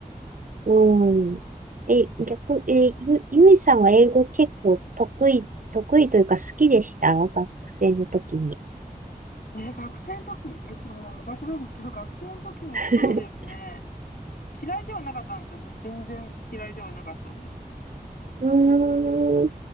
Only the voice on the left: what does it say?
え、学生の時、え、ちょっともう昔なんですけど、学生の時にそうですね。
嫌いではなかったんですよ。全全然嫌いではなかったです。